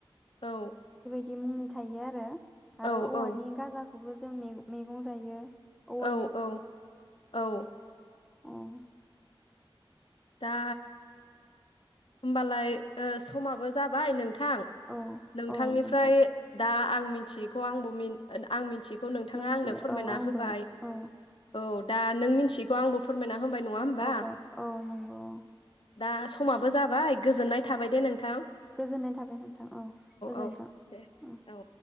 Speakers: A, on the left; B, in the centre.
A: औ
B: बिदि मुंनि थायो आरो
A: औ
B: आरो औवानि गाजा बेखौबो जों मे मैगं जायो। औवा
A: औ औ औ
B: उम
A: दा होमबालाय ओ समाबो जाबाय नों नोंथां
B: औ
A: नोंथांनिफ्राय
B: औ नोंथां
A: दा आं मिथियैखौ आंबो मिन ओद आं मिथि खौ नोंथाङा
B: मोनथिबाय
A: आंनो फोरमायना
B: औ आंबो
A: होबाय
B: औ
A: औ दा नों मिनथिखौ आंबो फोरमायना होबाय नङा होमबा
B: औ बाय औ नंगौ।
A: दा समा बो जाबाय गोजोननाय थाबाय दे नोंथां
B: गोजोननाय थाबाय नोंथां औ गोजोनथों
A: औ दे
B: ओम
A: औ